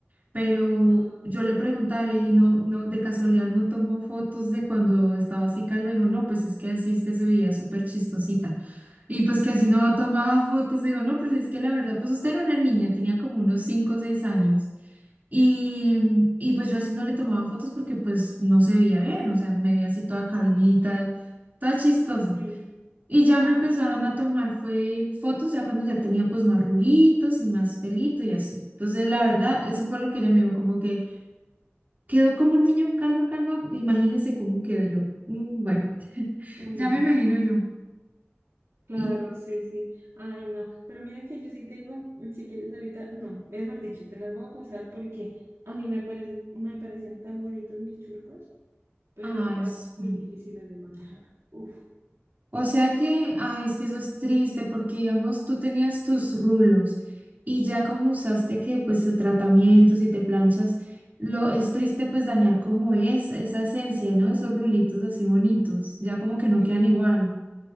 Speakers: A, on the right; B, on the right.
A: Pero
B: Ah,
A: yo le preguntaba, le dije, no, no, de casualidad no tomó fotos de cuando estaba así calva. Dijo, no, pues es que así usted se veía súper chistosita. Y pues que así no tomaba <laughs> fotos. Dijo, no, pues es que la verdad, pues usted era una niña, tenía como unos 5 o 6 años. Y, y pues yo así no le tomaba fotos porque pues no se veía bien, o sea, me veía así toda calvita, toda chistosa.
B: Sí,
A: Y ya
B: ay,
A: me empezaron a tomar fue fotos ya cuando ya tenía pues más rulitos y más pelito y así. Entonces, la verdad, eso fue lo que ella me dijo, como que quedó como un niño calva, calva. Imagínese cómo quedo yo. Mm, Bueno, <laughs>
B: un
A: ya
B: niño,
A: me imagino yo.
B: claro,
A: Y,
B: sí, sí, ay, no, pero mira que yo sí tengo, mm, si quieres ahorita, no, mejor dicho, te las voy a pasar porque a mí me parece, me parecían tan bonitos mis churcos, pero
A: ay,
B: eran
A: sí.
B: muy difíciles de manejar, uf,
A: O sea que, ay, es que eso es triste porque, digamos, tú tenías tus rulos y ya como usaste que, pues, eh, tratamientos y te planchas, lo es triste pues dañar como es esa esencia, ¿no? Esos rulitos así bonitos, ya como que no
B: sí,
A: quedan igual.